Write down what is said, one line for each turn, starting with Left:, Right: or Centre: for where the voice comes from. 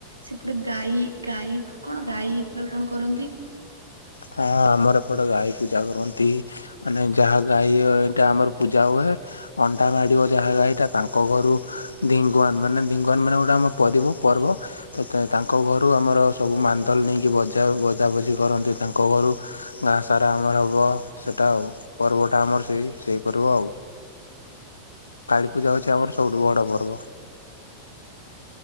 Right: ସେପଟେ ଗାଈ ଗାଈ କଣ ଗାଈ କଣ କରନ୍ତି।
Left: ହଁ ଆମର ଏପଟେ ଗାଈ ପୂଜା କରନ୍ତି। ମାନେ ଯାହା ଗାଈ ଏଇଟା ଆମର ପୂଜା ହୁଏ। ଅଣ୍ଡା ମାଡିବ ଯାହା ଏଇଟା ତାଙ୍କ ଘରୁ ଢିଙ୍ଗୁୱାନ ମାନେ ଢିଙ୍ଗୁଆନ ମାନେ ଗୋଟେ ଆମ ପରିବ ପର୍ବ। ତ ତାଙ୍କ ଘରୁ ଆମର ସବୁ ମାନ୍ଦଲ ନେଇକି ବଜା ବଜାବଜି କରନ୍ତି। ତାଙ୍କ ଘରୁ ଗାଁ ସାରା ଆମର ହେବ ସେଇଟା ଆଉ ପର୍ବଟା ଆମର ସେଇ ସେଇ ପର୍ବ ଆଉ।
Right: <unintelligible>
Left: କାଳିପୂଜା ହେଉଚି ଆମର ସବୁଠୁ ବଡ଼ ପର୍ବ।